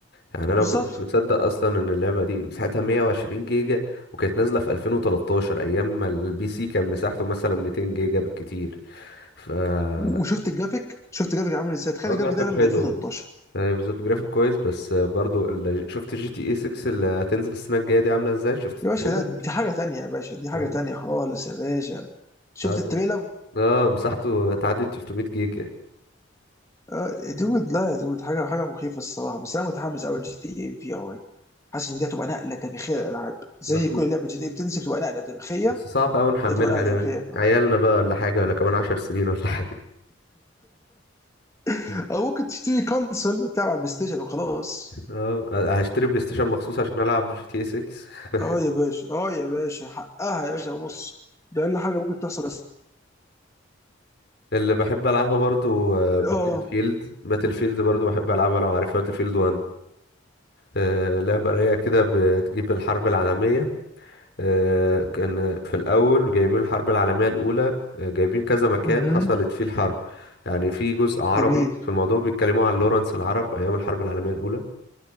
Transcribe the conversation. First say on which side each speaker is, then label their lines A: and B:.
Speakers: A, on the left; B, on the left.
A: يعني انا ما
B: بالظبط
A: كنتش مصدق اصلا ان اللعبه دي مساحتها 120 جيجا وكانت نازله في 2013 ايام ما البي سي كان مساحته مثلا 200 جيجا بالكتير ف اه
B: وشفت الجرافيك شفت الجرافيك عامل ازاي تخيل
A: جرافيك
B: الجرافيك ده
A: حلو
B: من 2013
A: يعني بالظبط جرافيك كويس بس آه، برضو اللي شفت جي تي اي 6 اللي هتنزل السنه الجايه دي عامله ازاي شفت التريلر
B: يا باشا ده دي حاجة تانية يا باشا دي حاجة
A: اه
B: تانية خالص يا باشا شفت
A: اه ده-
B: التريلر
A: آه، مساحته هتعدي 300 جيجا
B: آه، يا دود لا يا دود حاجه حاجه مخيفه الصراحه بس انا متحمس قوي جي تي اي في ار حاسس ان دي هتبقى نقله تاريخيه للالعاب زي
A: بس
B: كل لعبه جي تي اي بتنزل بتبقى نقله تاريخيه
A: بس صعب أوي نحملها
B: دي هتبقى نقله
A: يعني
B: تاريخيه كمان
A: عيالنا بقى ولا حاجة ولا كمان عشر سنين ولا حاجة
B: <laughs>
A: <laughs>
B: او ممكن تشتري كونسول تلعب على البلاي ستيشن وخلاص
A: اه هشتري بلاي ستيشن مخصوص عشان ألعب جي تي 6 <laughs>
B: اه يا باشا اه يا باشا حقها يا باشا ونص ده اقل حاجه ممكن تحصل بس
A: اللي بحب ألعبها برضو باتل
B: اه
A: فيلد باتل فيلد برضو بحب ألعبها لو عارفها باتل فيلد 1 آه، لعبة رايقة كده بتجيب الحرب العالمية آه، كان في الأول جايبين الحرب العالمية الأولى آه، جايبين كذا مكان
B: مهم.
A: حصلت فيه الحرب يعني في جزء عربي
B: جميل
A: في الموضوع بيتكلموا عن لورنس العرب أيام الحرب العالمية الأولى